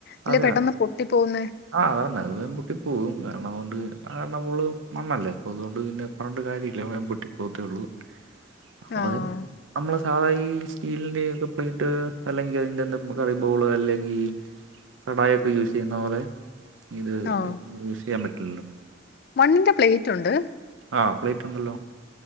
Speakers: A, on the left; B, on the right.
A: ഇല്ല
B: അതെ
A: പെട്ടന്ന് പൊട്ടി പോവുന്ന്
B: ആഹ് അതാ പറഞ്ഞ് വേം പൊട്ടി പോവും കാരണം അതൊണ്ട് കാരണപ്പോള് മണ്ണല്ലേ അപ്പൊ അതൊണ്ട് പിന്നെ പറഞ്ണ്ട് കാര്യമില്ല വേം പൊട്ടി പോത്തേ ഒള്ളൂ അപ്പ
A: ആഹ്
B: അതൻ നമ്മള് സാധാ ഈ സ്റ്റീലിന്റെ ഒക്കെ പ്ലേറ്റ് അല്ലെങ്കി അതിന്റെ എന്ത കറി ബൗള് അല്ലെങ്കി കടായൊക്കെ യൂസ് ചെയ്യുന്ന പോലെ ഇത്
A: ആഹ്
B: യൂസ് ചെയ്യാൻ പറ്റില്ലല്ലോ
A: മണ്ണിന്റെ പ്ലേറ്റ് ഉണ്ട്
B: ആഹ് പ്ലേറ്റ് ഉണ്ടല്ലോ